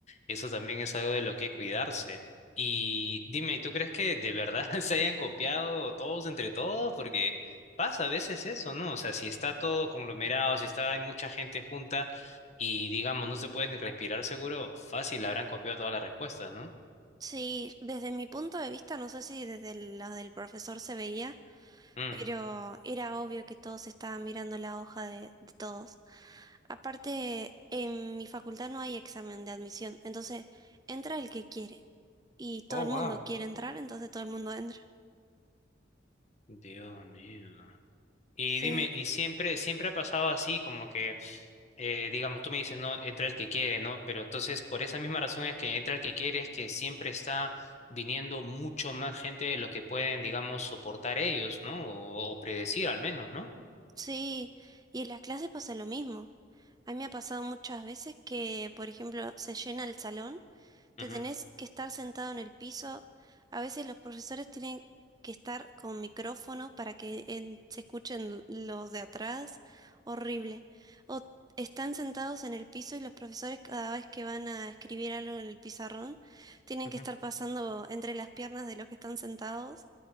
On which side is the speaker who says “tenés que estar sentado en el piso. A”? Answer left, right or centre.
Right